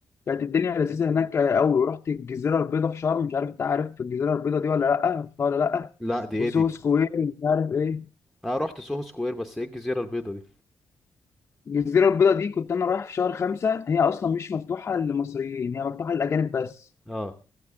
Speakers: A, on the left; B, in the centre.
A: كانت الدنيا لذيذه هناك قوي ورحت الجزيره البيضاء في شرم مش عارف انت عارف الجزيره البيضاء دي ولا لا رحتها ولا لا
B: لا دي ايه
A: وسوهو
B: دي
A: سكوير مش عارف ايه
B: انا رحت سوهو سكوير بس ايه الجزيره البيضاء دي
A: الجزيرة البيضاء دي كنت أنا رايح في شهر خمسة هي أصلا مش مفتوحة للمصريين هي مفتوحة للأجانب بس
B: اه